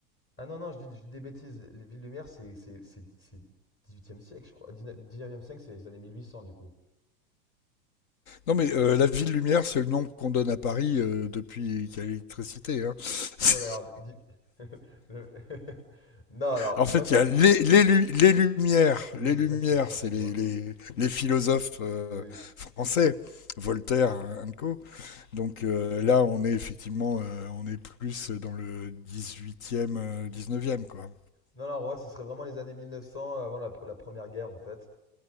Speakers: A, on the left; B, on the left.
A: Ah non, non, je dis, je dis des bêtises. Les villes lumières, c'est c'est- c'est- c'est 18e siècle, je crois. 19- 19e siècle, c'est les années 1800 du coup.
B: Non mais euh, la ville lumière, c'est le nom qu'on donne à Paris euh, depuis qu'il y a l'électricité. hein. <laughs>
A: Ouais, mais alors... di- <laughs> le- <laughs> Non, alors,
B: En fait,
A: moi, j'ai...
B: il
A: un-
B: y a les, les, lu- les lumières.
A: Oui,
B: Les
A: oui, c'est
B: lumières,
A: ça que je confonds,
B: c'est
A: excuse-moi.
B: les, les, les philosophes euh,
A: Oui, oui. oui.
B: français, Voltaire hein, and co. Donc euh, là, on est effectivement, euh, on est plus dans le dix-huitième, euh, 19e quoi.
A: Non, non, ouais, ce serait vraiment les années 1900 avant la, la Première Guerre, en fait.